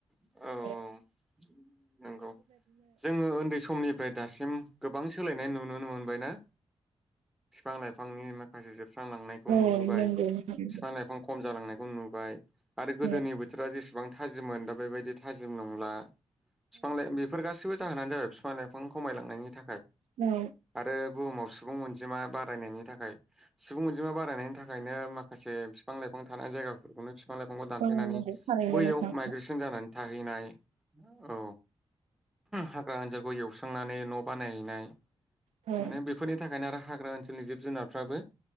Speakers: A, in the centre; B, on the right (about 85°).
A: औ। औ
B: द <inaudible>
A: नंगौ जोङो उन्दै समनिफ्राय दासिम गोबां सोलायनाय नुुनो मोनबायना। फिफां लाइफांनि माखासे जोब स्रांलांनायखौ
B: औ
A: नुबोबाय
B: नंगौ नोंथां
A: फिफां लाइफां खम जालांनाय नु बाय। आरो गोदोनि
B: औ
A: बोथोरा जेसे बां थाजिममोन दा बेबायदि थाजिम नंला। फिफां लाइ बेफोर गासिबो जाहोनानो जाबाय फिफां लाइफां खमायलांनायनि थाखाय।
B: औ
A: आरो बुहुमाव सुबुं अनजिमा बारायनायनि थाखाय। सुबुं अनजिमा बारायनायनि थाखायनो माखासे फिफां लाइफां थानाय जायगा फोरखौनो फिफां लाइफांखौ दानफायनानै
B: औ नंगौ थारैनो
A: बैयाव
B: नोंथां
A: माइग्रेसन जानानै थाहैनाय औ। हाग्रा ओनजावखौ एवस्रांनानै न' बानायहैनाय
B: औ
A: मा होनो बेफोरनि थाखायनो आरो हाग्रा ओनसो नि जिब जुनारफ्राबो